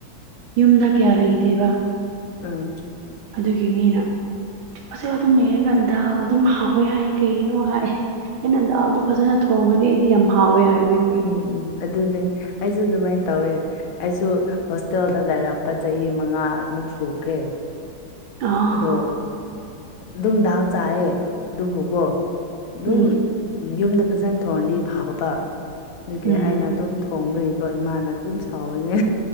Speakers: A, on the right; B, on the left.
A: ꯌꯨꯝꯗ ꯀꯌꯥ ꯂꯩꯇꯦꯕ
B: ꯎꯝ
A: ꯑꯗꯨꯒꯤ ꯃꯤꯅ ꯍꯣꯁꯦꯜ ꯑꯗꯨꯝ ꯂꯩꯔꯒ ꯗꯥꯜ ꯑꯗꯨꯝ ꯍꯥꯎꯋꯦ ꯍꯥꯏ ꯀꯩꯒꯤꯅꯣ ꯍꯥꯏ ꯑꯩꯅ ꯗꯥꯜꯗꯣ ꯐꯖꯅ ꯊꯣꯡꯉꯗꯤ ꯑꯩꯗꯤ ꯌꯥꯝ ꯍꯥꯎꯋꯦ ꯍꯥꯏꯕꯤ
B: ꯎꯝ ꯎꯝ ꯑꯗꯨꯅꯦ ꯑꯩꯖꯨ ꯑꯗꯨꯃꯥꯏꯟ ꯇꯧꯋꯦ ꯑꯩꯁꯨ ꯍꯣꯁꯇꯦꯜꯗ ꯂꯩꯔꯛꯄ ꯆꯍꯤ ꯃꯉꯥꯃꯨꯛ ꯁꯨꯈ꯭ꯔꯦ
A: ꯑꯥ
B: ꯑꯗꯣ ꯗꯨꯝ ꯗꯥꯜ ꯆꯥꯏꯌꯦ ꯗꯨꯕꯨꯀꯣ ꯗꯨꯝ
A: ꯎꯝ
B: ꯌꯨꯝꯗ ꯐꯖꯅ ꯊꯣꯡꯔꯗꯤ ꯐꯥꯎ ꯇꯥ ꯗꯨꯒꯤ
A: ꯎꯝ
B: ꯑꯩꯅ ꯑꯗꯨꯝ ꯊꯣꯡꯕꯒꯤꯀꯣ ꯏꯃꯥꯅ ꯑꯗꯨꯝ ꯁꯥꯎꯌꯤꯅꯦ